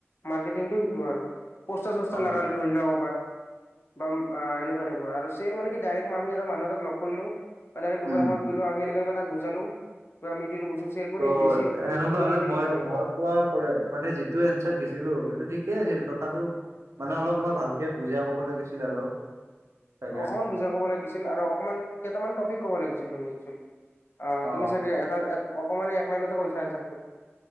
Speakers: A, on the left (about 55°); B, on the right (about 80°).
A: মাৰ্কেটিংটো সেইটো আৰু পোষ্টাৰ চছষ্টাৰ
B: অ
A: লগালো ধৰি লোৱা কবাত। বাম আ এনেকুৱা টাইপৰ আৰু চেল মানে কি ডাইৰেক্ট আমি এটা মানুহ এটা লগ কৰিলো। ডাইৰেক্ট দোকানখনত
B: উম
A: গলো আমি এনেকে তাক বুজালো ত আমিটো বস্তু চেল কৰিম
B: ত'
A: বেছিম কি
B: এনেকুৱা
A: কিনিবি
B: হলে মই
A: নেকি পৰা।
B: মই কোৱা কৰে মানে যিটো এনচাৰ দিছিলো সেইটো ঠিকেই আছিল তথাপিও মানে অলপ মই ভালকে বুজাই কব লাগিছিল আৰু। চাগে
A: অকণমান বুজা ক'ব লাগিছিল আৰু অকণমান কেইটামান টপিক ক'ব লাগিছিল তুমি একেছলি। আহ
B: অ
A: তুমি চাগে এটা অকণমানে এক লাইনতে কৰিছা এনঞ্চাৰটো।